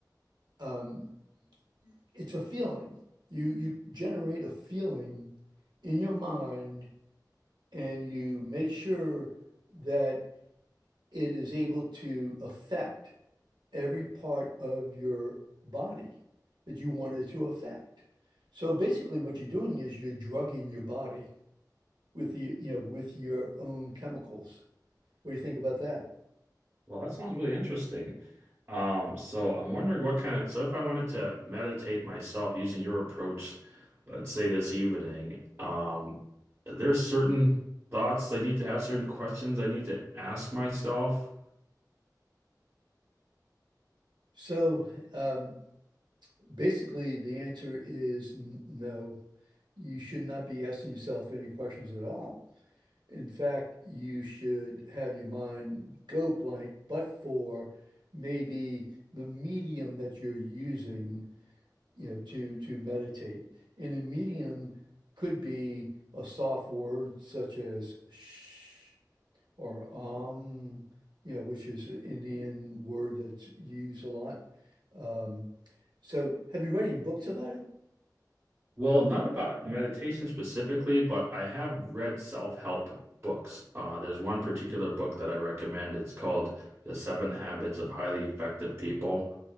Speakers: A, on the right; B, on the right.
A: um, it's a feeling. You you generate a feeling in your mind and you make sure that it is able to affect every part of your body that you want it to affect. So basically, what you're doing is you're drugging your body with the, you know, with your own chemicals. What do you think about that?
B: Well, that sounds really interesting. Um, so I'm wondering what kind of, so if I wanted to meditate myself using your approach, let's say this evening, um, there's certain thoughts I need to have, certain questions I need to ask myself.
A: So um, basically, the answer is no. You should not be asking yourself any questions at all. In fact, you should have your mind go blank, but for maybe the medium that you're using you know, to to meditate. And a medium could be a soft word such as shh or um, you know, which is an Indian word that's used a lot. Um, so have you read any books about it?
B: Well, not about meditation specifically, but I have read self-help books. Uh, there's one particular book that I recommend. It's called The Seven Habits of Highly Effective People